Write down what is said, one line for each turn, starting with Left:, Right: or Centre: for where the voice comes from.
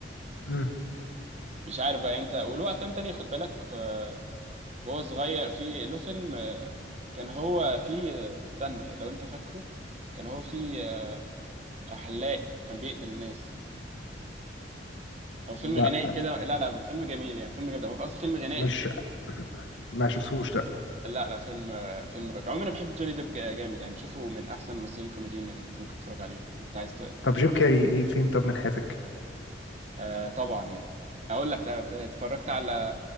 Left: مم.
Right: مش عارف بقى انت وله افلام تانية خد بالك آه، وهو صغير في له فيلم آه، كان هو فيه آه، استنى لو انت فاكره كان هو فيه آه، حلاق وكان بيقتل الناس هو فيلم
Left: لا
Right: غنائي كده لا لا فيلم جميل يعني فيلم جامد هو في اصلا فيلم غنائي
Left: مش ما شفتوش لا
Right: لا لا فيلم آه، فيلم رائع عموما انا بحب جوني ديب جا- جامد يعني بشوفه من احسن الممثلين الكوميديين يعني انت ممكن تتفرج عليهم يعني انت عايز ت-
Left: طب
Right: يعني
Left: جيم كاري ايه فين طب من حياتك
Right: آه طبعا يعني اقول لك آه، اتفرجت على